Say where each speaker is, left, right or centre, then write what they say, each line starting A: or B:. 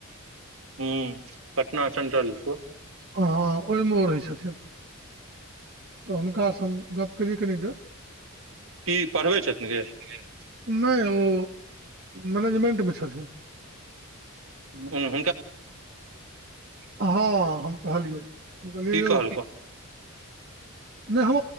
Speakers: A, on the right; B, on the right.
A: हूं पटना सेंट्रल श।
B: ह ओहिमे ओ रहै छथि तऽ हुनकासँ हम गप कैलियै कनि देर
A: की पढ़बै छथिन जे?
B: <unintelligible> नहि ओ मैनेजमेंटमे छथिन।
A: हूं
B: हँ हम कहलियै। हम कहलियै
A: की
B: यौ
A: कहलखुन
B: नहि हम